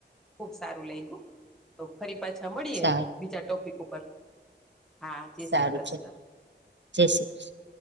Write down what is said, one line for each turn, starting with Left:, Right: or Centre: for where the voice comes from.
Centre: ખુબ સારું લાગ્યું તો ફરી પાછા મળીએ
Right: સારું
Centre: બીજા ટોપિક ઉપર, હા જય
Right: સારું
Centre: શ્રી કૃષ્ણ.
Right: છે જય શ્રી કૃષ્ણ.